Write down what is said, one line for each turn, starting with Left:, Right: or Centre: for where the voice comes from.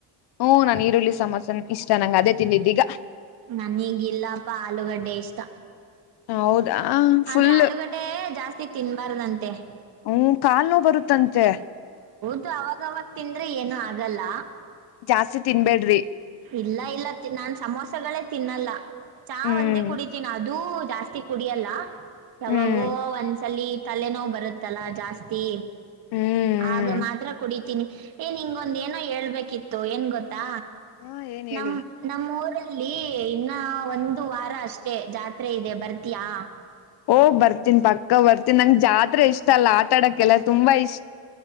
Left: ಹ್ಮ ನಾನ್ ಈರುಳ್ಳಿ ಸಮೋಸ ಇಷ್ಟ ನಂಗಗೆ ಅದೇ ತಿಂದಿದ್ದೀಗ
Right: ನನೀಗಿಲ್ಲಪ್ಪ ಆಲೂಗಡ್ಡೆ ಇಷ್ಟ
Left: ಹೌದಾ ಫುಲ್
Right: ಆದ್ರೆ ಆಲೂಗಡ್ಡೆ ಜಾಸ್ತಿ ತಿನ್ಬಾರ್ದಂತೆ
Left: ಹ ಕಾಲ್ ನೋ ಬರುತ್ತಂತೆ
Right: ಇದು ಅವಾಗವಾಗ ತಿಂದ್ರೆ ಏನು ಆಗಲ್ಲ
Left: ಜಾಸ್ತಿ ತಿನ್ಬೇಡ್ರಿ
Right: ಇಲ್ಲ ಇಲ್ಲ ನಾನ್ ಸಮೋಸಗಳೇ ತಿನ್ನಲ್ಲ ಚಾ
Left: ಹ್ಮ್
Right: ಒಂದೇ ಕುಡಿತೀನಿ ಅ ಅದುೂ ಜಾಸ್ತಿ ಕುಡಿಯಲ್ಲ ಯಾವಾಗೋ
Left: ಹ್ಮ್
Right: ಒಂದ್ಸಲಿ ತಲೆನೋ ಬರುತ್ತಲ್ಲಾ ಜಾಸ್ತಿ
Left: ಹ್ಮ್
Right: ಆಗ ಮಾತ್ರ ಕುಡಿತೀನಿ ಏನ್ ನಿಂಗೊಂದ ಏನೋ ಹೇಳ್ಬೇಕಿತ್ತು ಏನ್ ಗೊತ್ತಾ
Left: ಹಾ ಏನ್
Right: ನಮ್ಮ
Left: ಹೇಳಿ
Right: ನಮ್ಮ ಊರಲ್ಲಿ ಇನ್ನ ಒಂದು ವಾರ ಅಷ್ಟೇ ಜಾತ್ರೆ ಇದೆ ಬರ್ತಯಾ
Left: ಓ್ ಬರ್ತೀನಿ ಪಕ್ಕ ಬರ್ತೀನ್ಿ ನಂ್ ಜಾತ್ರೆ ಇಷ್ಟ ಅಲ್ಲ ಆಟ ಆಡೆಲ್ಲ ತುಂಬಾ ಇಷ್ಟ